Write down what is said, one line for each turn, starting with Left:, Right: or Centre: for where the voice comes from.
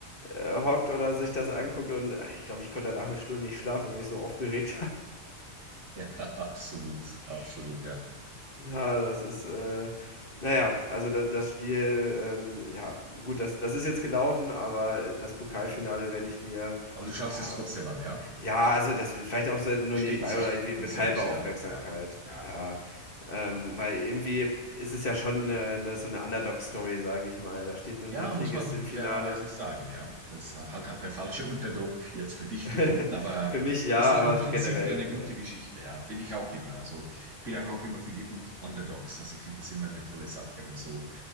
Left: äh, hockt oder sich das anguckt und, ah, ich glaube, ich konnte danach eine Stunde nicht schlafen, weil mich so aufgeregt
Right: Ja, <laughs> absolut, absolut, ja.
Left: Ja, das ist, äh na ja, also da das Spiel, ähm ja, gut, das das ist jetzt gelaufen, aber das Pokalfinale werde ich mir
Right: Aber du schaust
Left: ja
Right: es trotzdem an, ja?
Left: ja, also das vielleicht auch so nur
Right: Versteht
Left: nebenbei
Right: sich
Left: oder irgendwie
Right: von
Left: mit
Right: selbst,
Left: halber Aufmerksamkeit,
Right: ja? Ja, ja.
Left: ja. Ähm,
Right: Ah.
Left: weil irgendwie ist es ja schon 'ne 'ne so eine Underdog-Story, sage ich mal. Da steht ein
Right: Ja,
Left: Drittligist
Right: muss man
Left: im Finale.
Right: fairerweise sagen, ja. Das halt hat der falsche Underdog jetzt für dich
Left: <laughs>
Right: gewonnen, aber
Left: Für mich ja,
Right: ist ja
Left: aber
Right: im Prinzip
Left: so generell,
Right: ja eine gute Geschichte, ja. Finde ich auch immer. Also ich bin
Left: ja, ja.
Right: auch, auch immer für die Un- Underdogs. Also ich finde das immer eine tolle Sache, wenn so